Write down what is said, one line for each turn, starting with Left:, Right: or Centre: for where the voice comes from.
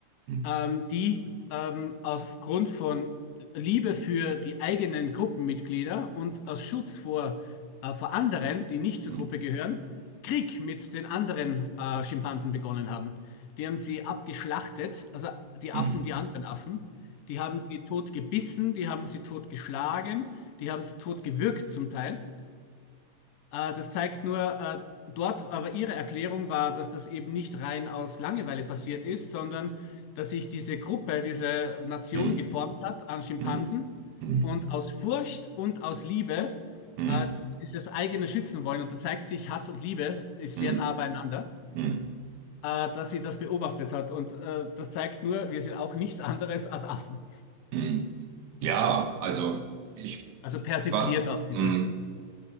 Right: Hm.
Left: ähm, die ähm, aufgrund von Liebe für die eigenen Gruppenmitglieder und aus Schutz vor, äh, vor anderen, die nicht zur
Right: Hm.
Left: Gruppe gehören, Krieg mit den anderen äh, Schimpansen begonnen haben. Die haben sie abgeschlachtet, also die Affen,
Right: Hm.
Left: die anderen Affen. Die haben sie tot gebissen, die haben sie tot geschlagen, die haben sie tot gewürgt zum Teil. Äh, das zeigt nur, äh, dort, aber ihre Erklärung war, dass das eben nicht rein aus Langeweile passiert ist, sondern dass sich diese Gruppe, diese Nation
Right: Hm.
Left: geformt hat an Schimpansen
Right: Hm. Hm. Hm.
Left: und aus Furcht und aus Liebe
Right: Hm.
Left: äh, dieses eigene schützen wollen. Und da zeigt sich, Hass und Liebe ist
Right: Hm.
Left: sehr nah beieinander,
Right: Hm. Hm.
Left: äh, dass sie das beobachtet hat. Und äh, das zeigt nur, wir sind auch nichts anderes als Affen.
Right: Hm. Ja, also ich
Left: Also persifliert
Right: war.
Left: ausgedrückt.
Right: Hm.